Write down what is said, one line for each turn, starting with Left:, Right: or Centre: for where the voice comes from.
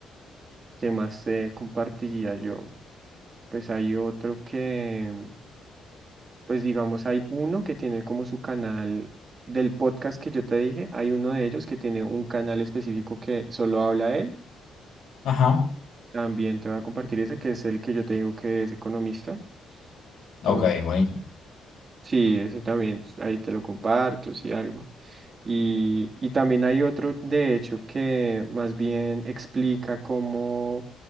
Right: ¿Qué más te compartiría yo? Pues hay otro que, pues digamos, hay uno que tiene como su canal del podcast que yo te dije, hay uno de ellos que tiene un canal específico que solo habla él.
Left: Ajá.
Right: También te voy a compartir ese, que es el que yo te digo que es economista. Entonces,
Left: Ok, buenísimo.
Right: sí, ese también, ahí te lo comparto, si algo. Y, y también hay otro, de hecho, que más bien explica cómo